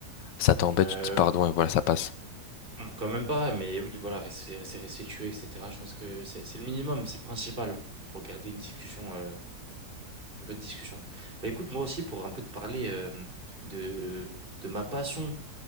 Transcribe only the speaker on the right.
euh,
Hum, Quand même pas, mais oui, voilà, rester, rester respectueux, etc. Je pense que c'est c'est le minimum, c'est le principal pour garder une discussion, euh, une bonne discussion. Bah écoute, moi aussi, pour un peu te parler euh, de, de ma passion